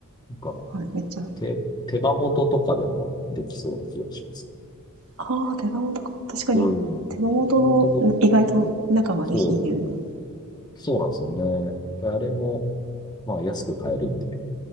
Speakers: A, on the left (about 20°); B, on the right (about 70°).
A: なんか、
B: はい、めっちゃ。
A: 手、手羽元とかでもできそうな気がしますね。
B: ああ、手羽元か。確かに、
A: うん。うん手羽元も結構、
B: 手羽元の意外と中まで火入れるの。
A: そう、そうなんですよね。であれも、まあ安く買えるんで、